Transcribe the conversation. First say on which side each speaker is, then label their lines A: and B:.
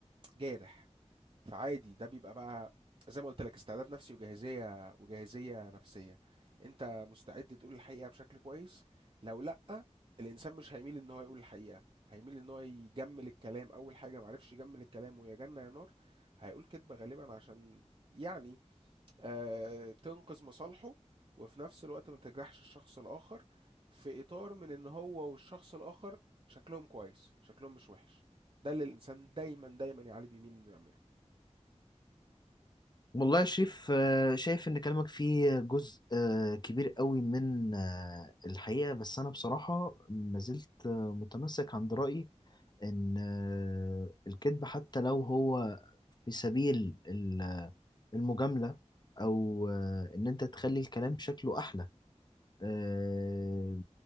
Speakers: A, on the right; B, on the left.
A: جارح فعادي ده بيبقى بقى زي ما قلت لك استعداد نفسي وجاهزيه وجاهزيه نفسيه انت مستعد تقول الحقيقه بشكل كويس لو لا الانسان مش هيميل ان هو يقول الحقيقه هيميل ان هو يجمل الكلام اول حاجه معرفش يجمل الكلام ويا جنه يا نار هيقول كذبه غالبا عشان يعني آه، تنقذ مصالحه وفي نفس الوقت ما تجرحش الشخص الآخر في إطار من إن هو والشخص الآخر شكلهم كويس شكلهم مش وحش ده اللي الإنسان دايما دايما يا علي بيميل إنه يعمله
B: والله يا شريف آه، شايف إن كلامك فيه جزء آه، كبير قوي من آه، الحقيقة بس أنا بصراحة ما زلت آه، متمسك عند رأيي إن آه، الكذب حتى لو هو في سبيل ال- المجاملة أو آه، إن أنت تخلي الكلام شكله أحلى آه،